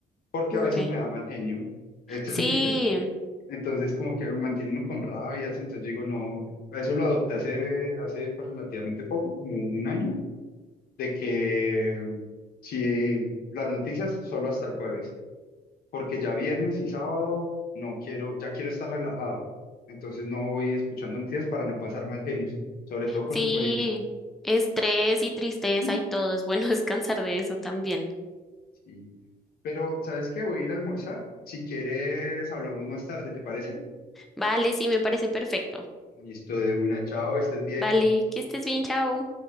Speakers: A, on the left; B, in the centre.
A: porque
B: Ok,
A: a veces me da mal genio. <laughs> Entonces...
B: sí,
A: Entonces, como que me mantiene uno con rabia, entonces yo digo, no, eso lo adopté hace, hace pues, relativamente poco, como un año, de que mm, si las noticias solo hasta el jueves, porque ya viernes y sábado no quiero, ya quiero estar relajado, entonces no voy escuchando noticias para no pasar mal genios, sobre todo con
B: sí,
A: los políticos.
B: estrés y tristeza
A: <laughs>
B: y todo, es bueno <laughs> descansar de eso también.
A: Sí. Pero, ¿sabes qué? Voy a ir a almorzar, si quieres hablamos más tarde, ¿te parece?
B: Vale, sí, me parece perfecto.
A: Listo, de una, chao, estés bien.
B: Vale, que estés bien, chao.